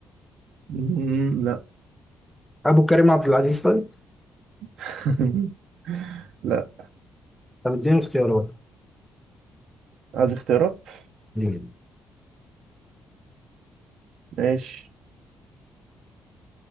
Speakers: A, on the right; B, in the centre.
A: مم، لا
B: أبو كريم عبد العزيز طيب
A: <laughs> لا
B: طب اديني اختيارات
A: عايز اختيارات
B: مم.
A: ماشي